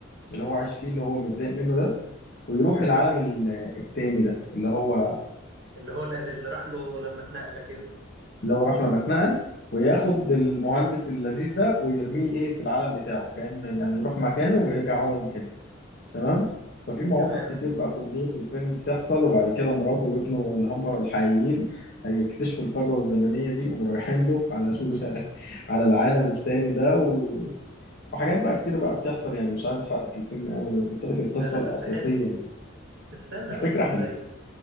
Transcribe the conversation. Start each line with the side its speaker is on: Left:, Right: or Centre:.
Left: اللي هو عايش فيه اللي هو متضايق منه ده ويروح العالم ال- التاني ده اللي هو
Right: اللي هو الأذ- اللي راح له لما اتنقل كنه
Left: اللي هو راح لما اتنقل وياخد المهندس اللذيذ ده ويرميه ايه في العالم بتاعه كان يعني يروح مكانه ويرجع هو مكانه تمام ففي مواقف
Right: تمام
Left: كتير بقى كوميدية في الفيلم بتحصل وبعد كده مراته وابنه اللي هم الحقيقيين هيكتشفوا الفجوة الزمنية دي وقوم رايحين له على ال- <laughs> على العالم التاني ده و... وحاجات بقى كتير بقى بتحصل يعني مش عايز احرق لك الفيلم قوي انا قلت لك القصة
Right: لا لا
Left: الأساسية
Right: بس حلو
Left: يعني
Right: استنى
Left: الفكرة
Right: اقول لك
Left: حلوة
Right: طيب